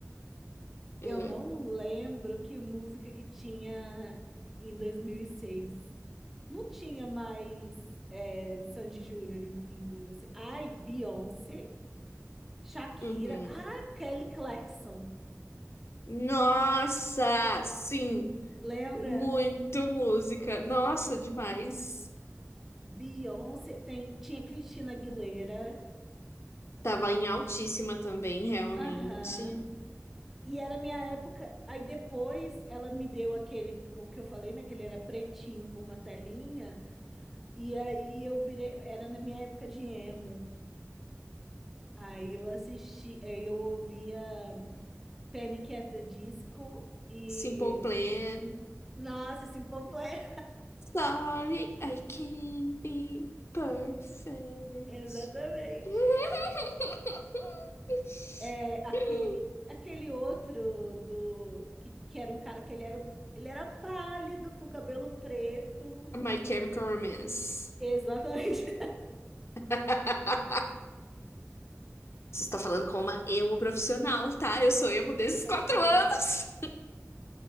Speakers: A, in the centre; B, on the left (about 55°).
A: Eu
B: Ah,
A: não lembro que música que tinha em 2006. Não tinha mais é, Sandy Júnior em, em 2006. Ai, Beyoncé. Shakira.
B: uhum.
A: Ah, Kelly Clarkson.
B: Nossa, sim.
A: Lembra?
B: Muito música. Nossa, demais.
A: Beyoncé. Tem, tinha Christina Aguilera.
B: Tava em altíssima também, realmente.
A: Aham. E era minha época. Aí depois ela me deu aquele, o que eu falei, né? Que ele era pretinho com uma telinha. E aí eu virei. Era na minha época de emo. Aí eu assisti, aí eu ouvia Panic! at the Disco e.
B: Simple Plan.
A: Nossa, Simple Plan.
B: Sorry, I can't be perfect.
A: <laughs> Exatamente.
B: <laughs>
A: É, aquele, aquele outro do que, que era um cara que ele era, ele era pálido, com cabelo preto.
B: My Chemical Romance.
A: Exatamente,
B: <laughs> Você está falando com uma emo profissional, tá? Eu sou emo desses
A: <laughs> exatamente.
B: quatro anos.